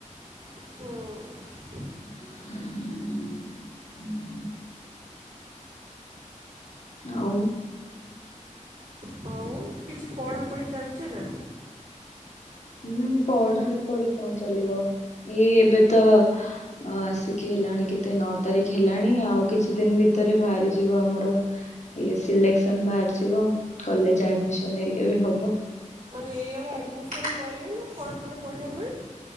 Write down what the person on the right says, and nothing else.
ହୁଁ।
ହଉଚି। କିଛି ପଢ଼ାପଢି ଚାଲିଚି ନା?
ଏଇୟର ଆଡିମିସନ୍ କରିବୁନା ମାନେ ପଢିବା ପାଇଁ?